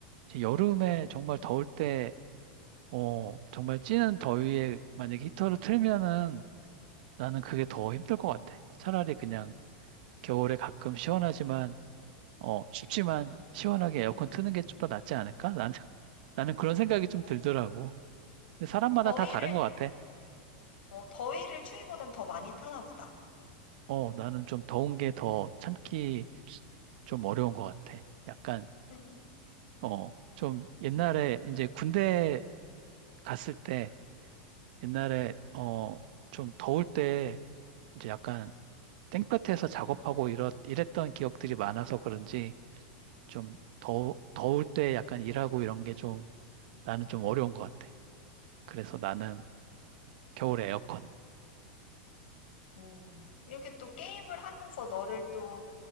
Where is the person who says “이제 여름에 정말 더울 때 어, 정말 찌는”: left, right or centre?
Right